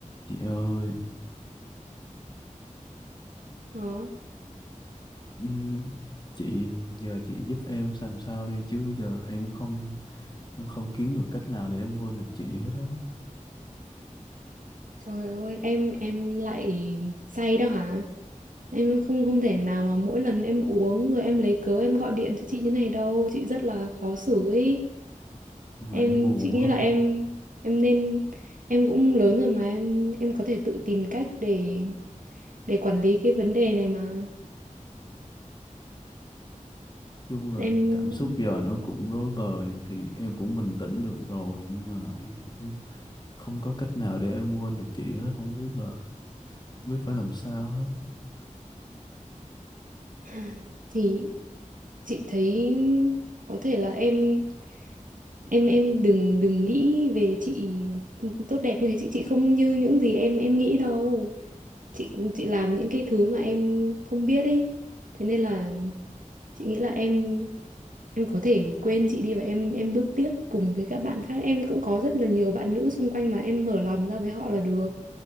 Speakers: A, on the left; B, on the right.
A: Chị ơi,
B: Đó.
A: ừm, chị giờ chị giúp em làm sao đi chứ giờ em không em không kiếm được cách nào để em quên được chị hết á.
B: Trời ơi, em em lại say đó hả? Em không không thể nào mà mỗi lần em uống rồi em lấy cớ em gọi điện cho chị như này đâu, chị rất là khó xử ấy.
A: Mà
B: Em
A: em buồn
B: chị nghĩ
A: quá.
B: là em em nên em cũng lớn rồi mà em em có thể tự tìm cách để để quản lý cái vấn đề này mà.
A: chung là
B: Em
A: cảm xúc giờ nó cũng rối bời thì em cũng bình tĩnh được rồi nhưng mà em cũng không có cách nào để em quên được chị hết, không biết là biết phải làm sao hết.
B: <sighs> thì chị thấy có thể là em em em đừng đừng nghĩ về chị tốt đẹp như thế chị chị không như những gì em em nghĩ đâu. chị chị làm những cái thứ mà em không biết ấy thế nên là chị nghĩ là em em có thể quên chị đi và em em bước tiếp cùng với các bạn khác em cũng có rất là nhiều bạn nữ xung quanh mà em mở lòng ra với họ là được